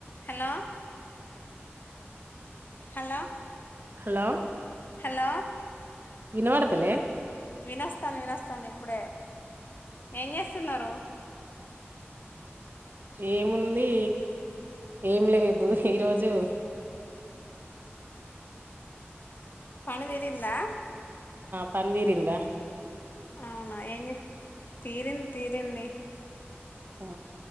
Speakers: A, on the left; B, on the right.
A: హలో హలో
B: హలో
A: హలో
B: వినవాడతలే
A: వినస్తాను వినస్తాను ఇప్పుడే ఏం చేస్తున్నారు
B: ఏముంది ఏం లేదు ఈరోజు
A: పని తెరిందా
B: పని దీరింద
A: అవునా ఏం తీరింది తీరింది
B: ఆ